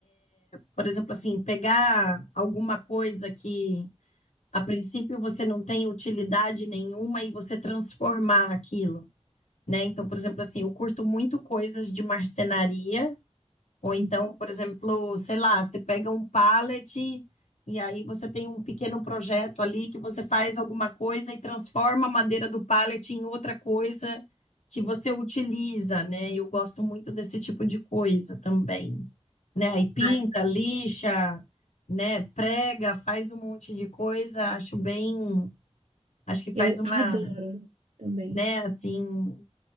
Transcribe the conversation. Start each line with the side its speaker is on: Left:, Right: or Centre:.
Left: Por exemplo, assim, pegar alguma coisa que a princípio você não tem utilidade nenhuma e você transformar aquilo, né? Então, por exemplo, assim, eu curto muito coisas de marcenaria ou então,
Right: Uhum.
Left: por exemplo, sei lá, você pega um pallet e aí você tem um pequeno projeto ali que você faz alguma coisa e transforma a madeira do pallet em outra coisa que você utiliza, né? Eu gosto muito desse tipo de coisa também, né? Aí pinta,
Right: Ai,
Left: lixa, né? Prega, faz um monte de coisa, acho bem, acho que faz
Right: eu
Left: uma,
Right: adoro também.
Left: né, assim,